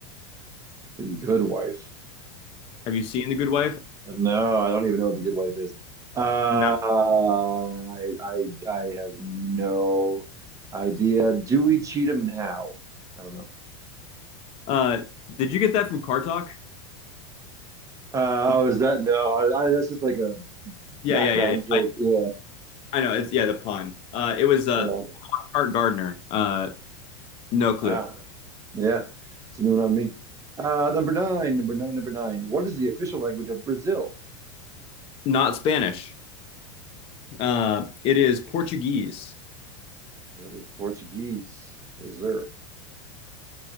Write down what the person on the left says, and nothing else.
Have you seen The Good Wife?
No.
Uh, did you get that from Car Talk?
Did-
Yeah,
yeah, yeah, yeah.
I,
I know. It's yeah, the pun. Uh, it was
uh, Art Gardner. Uh, no clue.
Not Spanish. Uh, it is Portuguese.